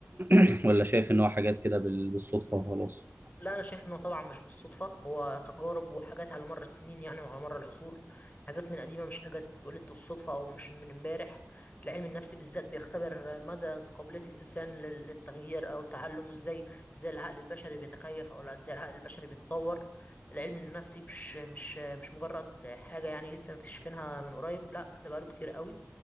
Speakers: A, on the right; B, on the left.
A: <clears throat> ولا شايف ان هو حاجات كده بال- بالصدفة وخلاص
B: لا انا شايف انه طبعا مش بالصدفه هو تجارب وحاجات على مر السنين يعني وعلى مر العصور حاجات من قديمه مش حاجات ولدت الصدفه او مش من امبارح العلم النفسي بالذات بيختبر مدى قابليه الانسان لل- للتغيير او التعلم وازاي ازاي العقل البشري بيتكيف او لا ازاي العقل البشري بيتطور العلم النفسي مش مش مش مجرد حاجه يعني لسه مكتشفينها من قريب لا ده بقاله كتير قوي